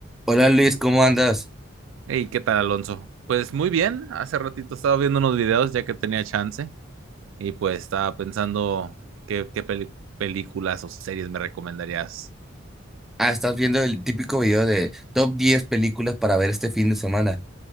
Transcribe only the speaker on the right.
Hey, ¿qué tal, Alonso? Pues muy bien, hace ratito estaba viendo unos videos ya que tenía chance y pues estaba pensando qué, qué peli- películas o series me recomendarías.